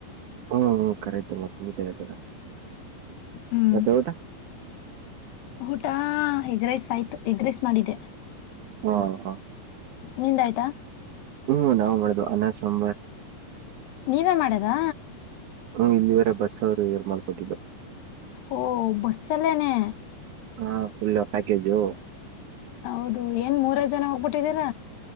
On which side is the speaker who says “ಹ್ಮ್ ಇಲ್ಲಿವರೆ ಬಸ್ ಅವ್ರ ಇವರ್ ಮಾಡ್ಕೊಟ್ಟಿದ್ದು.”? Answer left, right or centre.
Right